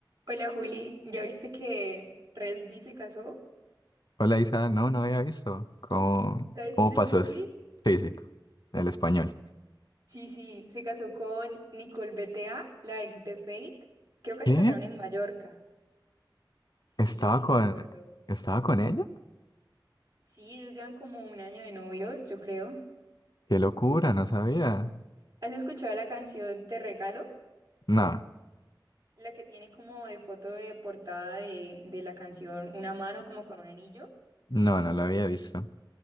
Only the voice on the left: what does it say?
Hola Isa, no, no había visto. ¿Cómo,
cómo
pasó
es físico, el español?
¿Qué?
¿Estaba con,
estaba con ella?
Qué locura, no sabía.
No,
no, no lo había visto.